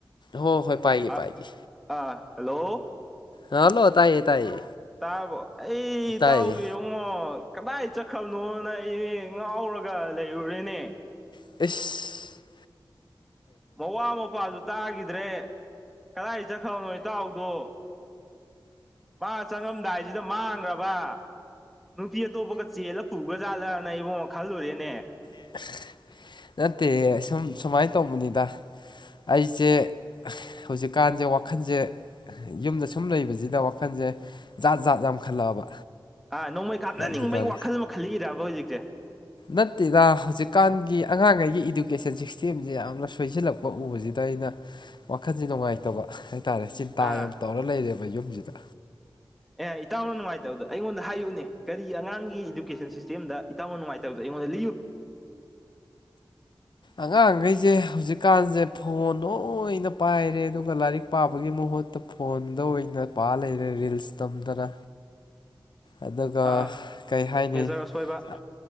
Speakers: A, on the left (about 65°); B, in the centre.
A: ꯍꯣꯏ ꯍꯣꯏ ꯄꯥꯏꯒꯦ
B: ꯑꯥ
A: ꯄꯥꯏꯒꯦ
B: ꯑꯥ ꯍꯜꯂꯣ
A: ꯍꯂꯣ ꯇꯥꯏꯌꯦ ꯇꯥꯏꯌꯦ
B: ꯇꯥꯔꯕꯣ ꯑꯩ ꯢꯇꯥꯎꯕꯤꯉꯣ
A: ꯇꯥꯏꯌꯦ
B: ꯀꯗꯥꯏ ꯆꯠꯈꯥꯝꯅꯣꯅ ꯑꯩ ꯉꯥꯎꯔꯥ ꯒꯥ ꯂꯩ ꯔꯨꯔꯦꯅꯦ
A: ꯢꯁ
B: ꯃꯋꯥ ꯃꯄꯥꯖꯨ ꯇꯥꯒꯤꯗ꯭ꯔꯦ ꯀꯗꯥꯏ ꯆꯈ꯭ꯔꯥꯕꯅꯣ ꯏꯇꯥꯎꯗꯣ ꯃꯥ ꯆꯪꯉꯝꯗꯥꯏꯖꯤꯗ ꯃꯥꯡꯒ꯭ꯔꯥꯕ ꯅꯨꯄꯤꯑꯠ ꯑꯇꯣꯞꯄꯒ ꯆꯦꯜꯂ ꯄꯨꯒꯥ ꯖꯥꯠꯂꯅ ꯏꯕꯨꯉꯣ ꯈꯜꯂꯨꯔꯦꯅꯦ
A: <unintelligible> ꯅꯠꯇꯦꯍꯦ ꯑꯁꯨꯝ ꯁꯨꯃꯥꯏꯟ ꯇꯧꯕꯅꯤꯗꯥ ꯑꯩꯖꯦ <inaudible> ꯍꯨꯖꯤꯀꯥꯟꯖꯦ ꯋꯥꯈꯟꯖꯦ ꯌꯨꯝꯗ ꯁꯨꯝ ꯂꯩꯕꯖꯤꯗ ꯋꯥꯈꯟꯖꯦ ꯖꯥꯠ ꯖꯥꯠ ꯌꯥꯝ ꯈꯜꯂꯛꯑꯕ
B: ꯑꯥ ꯅꯣꯡꯃꯩ ꯀꯥꯞꯅꯅꯤꯡꯕꯒꯤ
A: ꯑꯗꯨꯗꯅꯤ
B: ꯋꯥꯈꯜ ꯑꯃ ꯈꯜꯂꯤꯔꯕ ꯍꯧꯖꯤꯛꯁꯦ
A: ꯅꯠꯇꯦꯗ ꯍꯧꯖꯤꯛꯀꯥꯟꯒꯤ ꯑꯉꯥꯡꯉꯩꯒꯤ ꯏꯗꯨꯀꯦꯁꯟ ꯁꯤꯁꯇꯦꯝꯖꯦ ꯌꯥꯝꯅ ꯁꯣꯏꯖꯤꯜꯂꯛꯄ ꯎꯕꯖꯤꯗ ꯑꯩꯅ ꯋꯥꯈꯟꯖꯦ ꯅꯨꯡꯉꯥꯏꯇꯕ ꯍꯥꯏꯇꯥꯔꯦ ꯆꯤꯟꯇꯥ
B: ꯑꯥ
A: ꯌꯥꯝ ꯇꯧꯔ ꯂꯩꯔꯦꯕ ꯌꯨꯝꯖꯤꯗ
B: ꯑꯦ ꯏꯇꯥꯎꯅ ꯅꯨꯡꯉꯥꯏꯇꯕꯗꯣ ꯑꯩꯉꯣꯟꯗ ꯍꯥꯏꯌꯨꯅꯦ ꯀꯔꯤ ꯑꯉꯥꯡꯒꯤ ꯏꯗꯨꯀꯦꯁꯟ ꯁꯤꯁꯇꯦꯝꯗ ꯏꯇꯥꯎꯅ ꯅꯨꯡꯉꯥꯏꯇꯕꯗꯣ ꯑꯩꯉꯣꯟꯗ ꯂꯤꯌꯨ <inaudible>
A: ꯑꯉꯥꯡꯒꯩꯖꯦ ꯍꯧꯖꯤꯛꯀꯥꯟꯖꯦ ꯐꯣꯟ ꯂꯣꯏꯅ ꯄꯥꯏꯔꯦ ꯑꯗꯨꯒ ꯂꯥꯏꯔꯤꯛ ꯄꯥꯕꯒꯤ ꯃꯍꯨꯠꯇ ꯐꯣꯟꯗ ꯑꯣꯏꯅ ꯄꯥ ꯂꯩꯔꯦ ꯔꯤꯜꯁ ꯇꯝꯗꯅ ꯑꯗꯨꯒ
B: ꯑꯥ
A: ꯀꯩ ꯍꯥꯏꯅꯤ
B: ꯃꯦꯖꯔ ꯑꯁꯣꯏꯕ
A: ꯑ